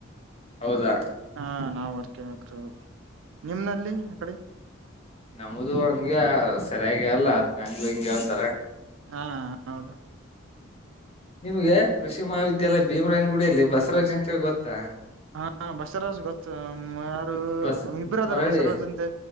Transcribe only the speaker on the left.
ಹೌದಾ
ನಮ್ದ ಹಂಗೆ ಸರಿಯಾಗಗ್ ಹೇಲ್ಲಲ ಆತ್ ನಂಗ ಹಂಗೆ ಹೇಳ್ತಾರೆ.
ನಿಮ್ಗೆ ಕೃಷಿ ಮಹಾವಿದ್ಯಾಲಯ ಭೀಮರಾಯ್ಗುಡಿಯಲ್ಲಿ ಬಸವಾಜ್ ಅಂತ್ ಗೊತ್ತಾ.
ಬಸ್
ಮರಳಿ